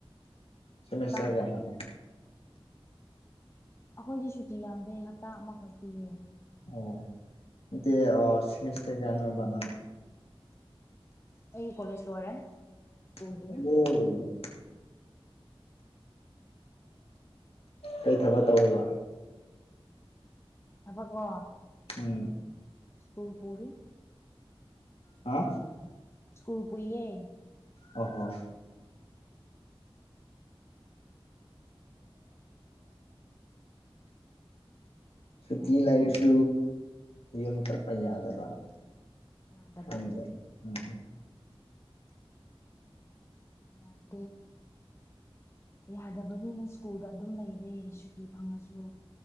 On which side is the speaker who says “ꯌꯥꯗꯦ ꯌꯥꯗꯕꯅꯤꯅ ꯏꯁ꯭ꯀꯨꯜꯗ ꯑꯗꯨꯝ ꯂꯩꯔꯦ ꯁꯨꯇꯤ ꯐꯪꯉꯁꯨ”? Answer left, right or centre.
Left